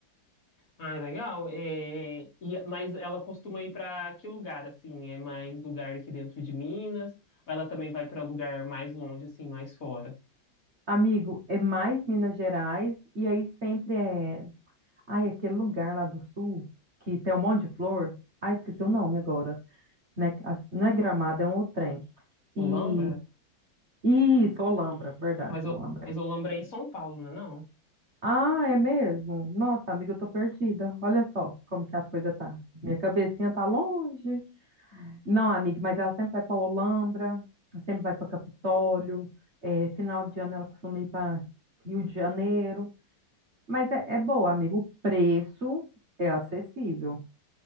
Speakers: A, on the left; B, on the right.
A: Ah, legal. É, e- mas ela costuma ir para que lugar, assim? É mais lugar aqui dentro de Minas? Ou ela também vai para lugar mais longe, assim, mais fora?
B: Amigo, é mais Minas Gerais e aí sempre é... Ai, aquele lugar lá do sul que tem um monte de flor. Ai, esqueci o nome agora. Né? A- Não é Gramado, é um outro trem. E
A: Olambra?
B: Isso, Olambra, verdade,
A: Mas, Ol-
B: Olambra.
A: mas Olambra é em São Paulo, não é não?
B: Ah, é mesmo? Nossa, amiga, eu tô perdida. Olha só como que as coisas tá. Minha cabecinha tá longe. Não, amiga, mas ela sempre vai para Olambra, sempre vai para Capitólio. É, final de ano ela costuma ir para Rio de Janeiro. Mas é, é boa, amigo. O preço é acessível.